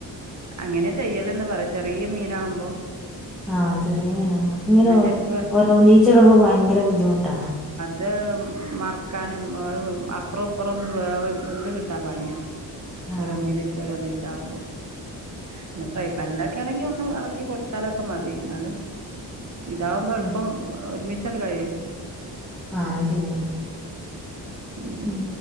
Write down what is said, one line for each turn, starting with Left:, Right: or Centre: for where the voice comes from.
Right: അങ്ങനെ ചെയ്യല്ന്ന് പറ ചെറിയ്യ മീനാവുമ്പം
Centre: ആഹ് ചെറിയ മീനാവുമ്പൊ. ഇങ്ങനെ ഓരോ
Right: ശരിക്ക്
Centre: ഓരോന്നീച്ചെടുമ്പൊ ഭയങ്കര ബുദ്ധിമുട്ടാ
Right: ത് മർക്കാനും <unintelligible> അപ്പുറപ്പുറൊന്ന് വേവ് വെന്ത് കിട്ടാൻ പണ്യാ.
Centre: ആ
Right: ഒരോന്നീലിച്ച് ഒരോന്നീച്ചാവുമ്പൊ. പിന്നെ ഫ്രൈ പാനിലെ ക്കേണെങ്കി ഒന്ന് എളക്കി കൊടുത്താലൊക്കെ മതി ന്നാലും, ഇതാവുമ്പം എൾപ്പം
Centre: ഉം
Right: ഒരുമി ച്ചണ് കഴിയും.
Centre: ആഹ് അയ് ശെരിയാണ്.
Right: ഉം
Centre: ഉം